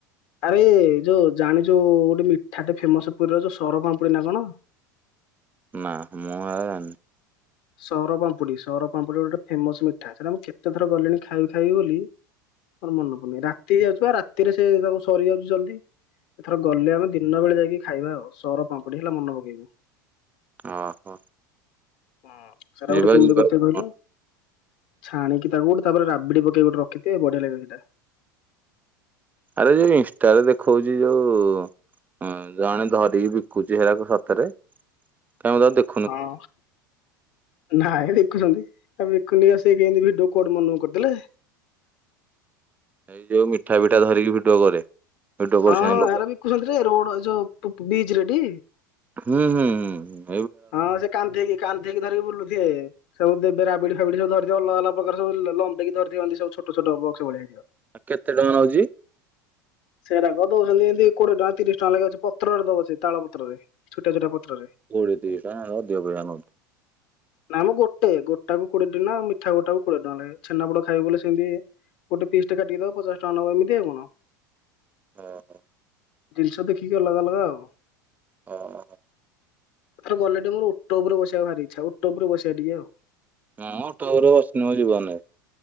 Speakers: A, on the left; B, on the right.
A: ଆରେ ଯୋଉ ଜାଣି ଯୋଉ ଗୋଟେ ମିଠାଟେ ଫେମସ ପୁରୀର ଯୋଉ ସର ପାମ୍ପୁଡ଼ି ପୁରୀ ନା କଣ?
B: ନା ମୁଁ ହେରା ଜାଣିନି।
A: ସର ପାମ୍ପୁଡ଼ି ସର ପାମ୍ପୁଡି ଗୋଟେ ଫେମସ ମିଠା ସେଇଟା ମୁଁ କେତେଥର ଗଲିଣି ଖାଇବି ଖାଇ ବୋଲି ମୋର ମନେ ପଡୁନି ରାତି ହେଇଯାଉଛି ଆ ରାତିରେ ସେ ତାକୁ ସରି ଯାଉଛି ଜଲଦି। ଏଥର ଗଲେ ଆମେ ଦିନ ବେଳେ ଯାଇକି ଖାଇବା ଆଉ ସର ପାମ୍ପଡି ହେଲା ମନ ପକେଇବୁ।
B: ଓହୋ।
A: ହୁଁ ସେଟା
B: ଯିବା
A: ଗୋଟେ କେମିତି
B: ଯିବା।
A: କରିଥିବେ କହିଲୁ? ଛଣିକି ତାକୁ ତାପରେ ରାବିଡି ପକେଇ ଗୋଟେ ରଖି ଥିବେ ବଢିଆ ଲାଗେ ସେଟା।
B: ଆରେ ଯୋଉ ଇନଷ୍ଟାରେ ଦେଖଉଛି ଯୋଉ ହଁ ଜଣେ ଧରିକି ବିକୁଛି ହେରାକୁ ସତରେ କାହିଁ ମୁଁ ତା ଦେଖୁ
A: ହଁ। ନାଇଁ ବିକୁଚନ୍ତି ଆ ବିକୁନି ଆ ସେ କେମତି ଭିଡ଼ିଓ କୁଆଡୁ ମନୁକୁ କରିଦଲେ।
B: ଏଇ ଯୋଉ ମିଠା ଫିଠା ଧରିକି ଭିଡିଓ କରେ। ଭିଡିଓ କରୁଛନ୍ତି
A: ହଁ ହଁ
B: ଲୋକ
A: ଏହାର ବିକୁଛନ୍ତି ରେ ରୋଡ ଯୋଉ ବିଚ ରେ ଟି?
B: ହୁଁ ହୁଁ ହୁଁ ହୁଁ।
A: ହଁ ସେ କାନ୍ଦେଇକି କାନ୍ଦେଇକି ଧରିକି ବୁଲୁଥିବେ। ସବୁ ଦେବେ ରାବିଡି ଫାବିଡି ସବୁ ଧରିଥିବ ଅଲଗା ଅଲଗା ପ୍ରକାର ସବୁ ଲମ୍ବେଇକି ଧରିଥିଅନ୍ତି ସବୁ ଛୋଟ ଛୋଟ ବକ୍ସ ଭଳିହା ହେଇଥିବ।
B: ଆ କେତେ ଟଙ୍କା ନଉଚି?
A: ସେରାକ ଦଉଚନ୍ତି ଏମିତି କୋଡିଏ ଟଙ୍କା ତିରିଶ ଟଙ୍କା ଲାଗି ଅଛି ପତ୍ରରେ ଦବ ସେ ତାଳପତ୍ରରେ ଛୋଟିଆ ଛୋଟିଆ ପତ୍ରରେ।
B: କୋଡ଼ିଏ ତିରିଶି ଟଙ୍କା ଏରା ଅଧିକ କୋଡିଏ ଟଙ୍କା ନୋଉଥିବ।
A: ନାମ ଗୋଟେ ଗୋଟାକୁ କୋଡିଏ ଟଙ୍କା ନା ମିଠା ଗୋଟାକୁ କୋଡିଏ ଟଙ୍କା ନେବେ ଛେନାପୋଡ ଖାଇବୁ ବଲେ ସିନ୍ତି। ଗୋଟେ ପିସ୍ ଟେ କାଟିକି ଦବ ପଚାଶ ଟଙ୍କା ନବ ଏମତି ଆଉ କଣ।
B: ହଁ ହଁ।
A: ଜିନିଷ ଦେଖିକି ଅଲଗା ଅଲଗା ଆଉ।
B: ଅ ଅ ଅ।
A: ତଥର ଗଲେ ଟିକେ ମୋର ଓଟୋ ଉପରେ ବସିବାକୁ ଭାରି ଇଛା ଓଟୋ ଉପରେ ବସିବା ଟିକେ ଆଉ।
B: ମୁଁ ଓଟୋ ଉପରେ ବସିନି ମୋ ଜୀବନରେ।